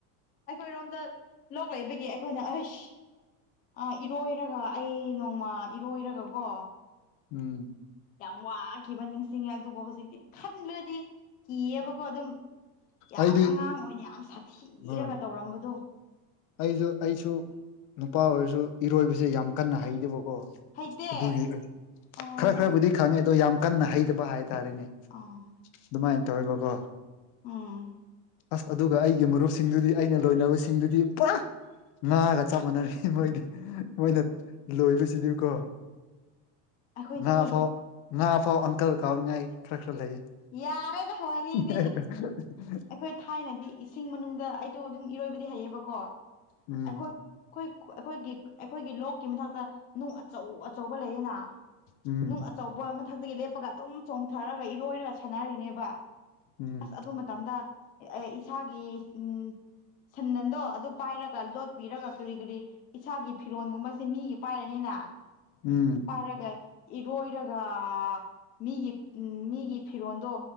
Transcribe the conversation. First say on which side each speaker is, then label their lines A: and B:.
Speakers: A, on the left (about 20°); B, on the left (about 50°).
A: ꯑꯩꯈꯣꯏꯔꯣꯝꯗ ꯂꯣꯛ ꯂꯩꯕꯒꯤ ꯑꯈꯣꯏꯅ ꯑꯩꯁ ꯑ ꯏꯔꯣꯏꯔꯒ ꯑꯩ ꯅꯣꯡꯃ ꯏꯔꯣꯏꯔꯒꯀꯣ
B: ꯎꯝ
A: ꯌꯥꯝ ꯋꯥꯈꯤꯕ ꯅꯤꯡꯁꯤꯡꯉꯦ ꯑꯗꯨꯕꯨ ꯍꯧꯖꯤꯛꯇꯤ ꯈꯟꯂꯨꯔꯗꯤ ꯀꯤꯌꯦꯕꯀꯣ ꯑꯗꯨꯝ ꯌꯥꯝ
B: ꯑꯩꯗꯤ
A: ꯑꯉꯥꯡ ꯑꯣꯏꯅ ꯌꯥꯝ ꯁꯥꯊꯤꯔꯒ
B: ꯍꯣꯏ
A: ꯇꯧꯔꯝꯕꯗꯣ
B: ꯑꯩꯁꯨ ꯑꯩꯁꯨ ꯅꯨꯄꯥ ꯑꯣꯏꯔꯁꯨ ꯏꯔꯣꯏꯕꯁꯦ ꯌꯥꯝ ꯀꯟꯅ ꯍꯩꯇꯦꯕꯀꯣ
A: ꯍꯩꯇꯦ
B: ꯑꯗꯨꯒꯤ
A: ꯑꯣ
B: ꯈꯔ ꯈꯔꯕꯨꯗꯤ ꯈꯪꯉꯦ ꯑꯗꯣ ꯌꯥꯝ ꯀꯟꯅ ꯍꯩꯇꯕ ꯍꯥꯏꯇꯥꯔꯦꯅꯦ
A: ꯑꯥ
B: ꯗꯨꯃꯥꯏꯅ ꯇꯧꯋꯦꯕꯀꯣ
A: ꯎꯝ
B: ꯑꯁ ꯑꯗꯨꯒ ꯑꯩꯒꯤ ꯃꯔꯨꯞꯁꯤꯡꯗꯨꯗꯤ ꯑꯩꯅ ꯂꯣꯏꯅꯕꯁꯤꯡꯗꯨꯗꯤ ꯄꯨꯔꯥ ꯉꯥꯒ ꯆꯞ ꯃꯥꯟꯅꯩ ꯃꯣꯏꯗꯤ ꯃꯣꯏꯅ ꯂꯣꯏꯕꯁꯤꯗꯤꯀꯣ
A: ꯑꯩꯈꯣꯏꯗꯤ
B: ꯉꯥ ꯐꯥꯎ ꯉꯥ ꯐꯥꯎ ꯑꯪꯀꯜ ꯀꯥꯎꯅꯥꯉꯥꯏ ꯈꯔ ꯈꯔ ꯂꯩ
A: ꯌꯥꯔꯦꯗ ꯋꯥꯔꯤꯗꯤ
B: <unintelligible>
A: ꯑꯩꯈꯣꯏ ꯊꯥꯏꯅꯗꯤ ꯏꯁꯤꯡ ꯃꯅꯨꯡꯗ ꯑꯩꯗꯣ ꯑꯗꯨꯝ ꯏꯔꯣꯏꯕꯗꯤ ꯍꯩꯌꯦꯕꯀꯣ ꯑꯩꯈꯣꯏ
B: ꯎꯝ
A: ꯑꯩꯈꯣꯏ ꯑꯩꯈꯣꯏꯒꯤ ꯑꯩꯈꯣꯏꯒꯤ ꯂꯣꯛꯀꯤ ꯃꯊꯛꯇ ꯅꯨꯡ ꯑꯆꯧ ꯑꯆꯧꯕ ꯂꯩꯌꯦꯅ
B: ꯎꯝ
A: ꯅꯨꯡ ꯑꯆꯧꯕ ꯃꯊꯛꯇꯒꯤ ꯂꯦꯞꯄꯒ ꯑꯗꯨꯝ ꯆꯣꯡꯊꯔꯒ ꯏꯔꯣꯏꯔꯒ ꯁꯥꯟꯅꯔꯤꯅꯦꯕ
B: ꯎꯝ
A: ꯑꯁ ꯑꯗꯨ ꯃꯇꯝꯗ ꯑꯦ ꯏꯁꯥꯒꯤ ꯎꯝ ꯁꯟꯗꯟꯗꯣ ꯑꯗꯨ ꯄꯥꯏꯔꯒ ꯂꯣꯠꯄꯤꯔꯒ ꯀꯔꯤ ꯀꯔꯤ ꯏꯁꯥꯒꯤ ꯐꯤꯔꯣꯟꯒꯨꯝꯕꯁꯤ ꯃꯤꯒꯤ ꯄꯥꯏꯔꯅꯤꯅ
B: ꯎꯝ
A: ꯄꯥꯏꯔꯒ ꯏꯔꯣꯏꯔꯒ ꯃꯤꯒꯤ ꯃꯤꯒꯤ ꯐꯤꯔꯣꯟꯗꯣ